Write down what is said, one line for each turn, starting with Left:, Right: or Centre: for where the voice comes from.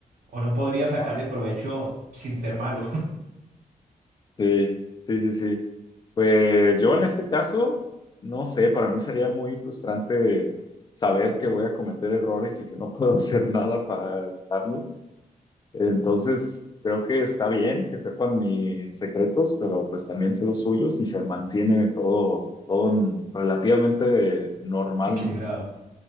Right: O no podría sacarle
Left: Ah,
Right: provecho sin ser malo,
Left: sí, sí, sí, sí. Pues yo en este caso, no sé, para mí sería muy frustrante saber que voy a cometer errores y que no puedo <laughs> hacer nada para evitarlos. Entonces, creo que está bien que sepan mis secretos, pero pues también sé los suyos y se mantiene todo, todo en- relativamente normal,
Right: <laughs> equilibrado.
Left: ¿no?